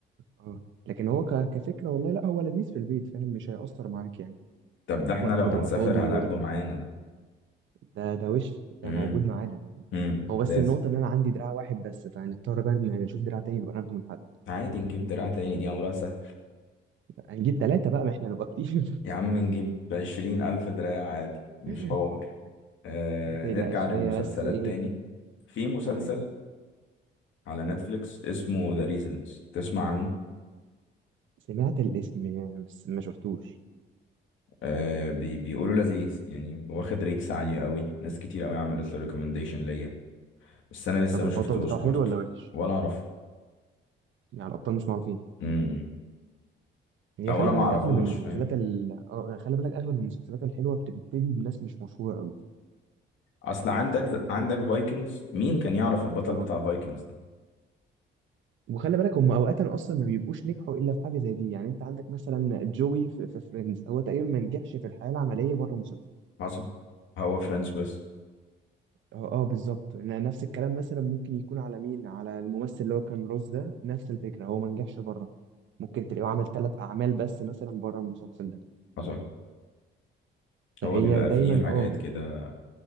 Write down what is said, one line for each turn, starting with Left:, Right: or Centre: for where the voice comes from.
Right: اه لكن هو ك... كفكره والله لا هو لذيذ في البيت فاهم مش هيأثر معاك يعني
Left: طب ده احنا
Right: وقت
Left: لو
Right: ما
Left: هنسافر
Right: تبقى فاضي
Left: هناخده
Right: ولا
Left: معانا ده
Right: ده ده وش ده
Left: امم
Right: موجود معانا
Left: امم
Right: هو بس
Left: لازم
Right: النقطة إن أنا عندي دراع واحد بس فهنضطر بقى إن نشوف دراع تاني نبقى ناخده من حد
Left: عادي نجيب دراع تاني دي امرها سهل
Right: هنجيب تلاتة بقى ما إحنا نبقى كتير
Left: يا عم نجيب عشرين الف دراع عادي مش
Right: <laughs>
Left: حوار آه
Right: ما تقلقش
Left: نرجع للمسلسلات
Right: هي بس إيه
Left: تاني في مسلسل
Right: تعالى
Left: على نتفليكس اسمه ذا ريزيدنس تسمع عنه
Right: سمعت الاسم يعني بس ما شفتوش
Left: آه بي بيقولوا لذيذ يعني واخد ريتس عالية قوي ناس كتير قوي عملت له ريكومنديشن ليا بس انا لسه
Right: طب
Left: ما
Right: البطل
Left: شفتهوش
Right: بتاعه
Left: برضه
Right: حلو ولا وحش
Left: ولا اعرف
Right: يعني الابطال مش معروفين
Left: امم
Right: هي
Left: او
Right: خلي
Left: انا ما
Right: بالك
Left: اعرفوش
Right: اغلب المسلسلات
Left: فاهم
Right: ال... آه، خلي بالك اغلب المسلسلات الحلوه بتبتدي بناس مش مشهوره قوي
Left: اصل عندك عندك فايكنجز مين كان يعرف البطل
Right: اه
Left: بتاع فايكنجز ده
Right: وخلي بالك هم اوقات اصلا ما بيبقوش نجحوا الا في حاجه زي دي يعني انت عندك مثلا جوي في, في فريندز هو تقريبا ما نجحش في الحياه العمليه بره المسلسل
Left: حصل هو فرنش بس
Right: اه اه بالظبط ن- نفس الكلام مثلا ممكن يكون على مين على الممثل اللي هو كان روز ده نفس الفكره هو ما نجحش بره ممكن تلاقيه عمل ثلاث اعمال بس مثلا بره المسلسل ده
Left: حصل
Right: فهي
Left: هو بيبقى
Right: دايما
Left: فيه حاجات
Right: اه
Left: كده